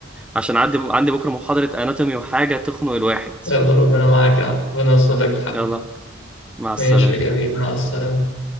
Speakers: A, in the centre; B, on the left.
A: عشان عندي عندي بكره محاضره اناتومي وحاجه تخنق الواحد
B: يلا ربنا معاك يا عم ربنا يوصل لك الحق
A: يلا مع السلامه
B: ماشي يا جميل مع السلامة